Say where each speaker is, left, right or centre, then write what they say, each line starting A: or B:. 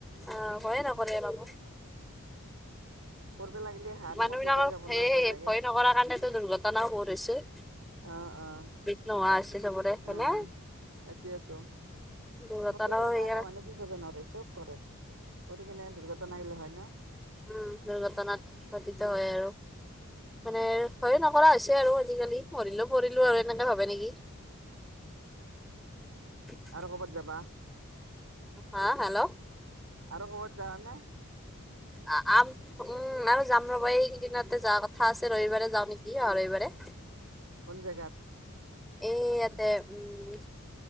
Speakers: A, in the centre; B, on the right (about 80°).
A: অ', ভয়ে নকৰে অলপো।
B: পৰিব লাগিলে হাত
A: মানুহ
B: মুখ গোটাই
A: বিলাকৰ
B: যাব
A: সেয়ে
B: ন লাগে
A: ভয় নকৰা কাৰণেতো দুৰ্ঘটনাও বহুত হৈছে।
B: অ', অ'।
A: নোহোৱা‌ হৈছে চব,
B: অ
A: হয়নে।
B: সেইটোয়েতো
A: দুৰ্ঘটনাও
B: ফটো উঠা
A: সেইকাৰণে
B: কাৰণে মানুহ কি কৰিব নোৱাৰে, চব কৰে কৰি কিনে দুৰ্ঘটনাগিলা হয় ন।
A: উম্, দুৰ্ঘটনাত পটিত হয় আৰু। মানে ভয়ে নকৰা হৈছে আৰু আজিকালি, পৰিলেও পৰিলো আৰু এনেকে ভাবে নেকি? <unintelligible>
B: আৰু ক'বাত যাবা।
A: হা হেল্ল'।
B: আৰু ক'ৰবাত যাৱানে?
A: অ', আম উম্, আৰু যাম ৰ'বা। এইকেইদিনতে যোৱা কথা আছে। ৰবিবাৰে যাওঁ নেকি অহা ৰবিবাৰে?
B: কোন জেগাত?
A: এই ইয়াতে, উম্!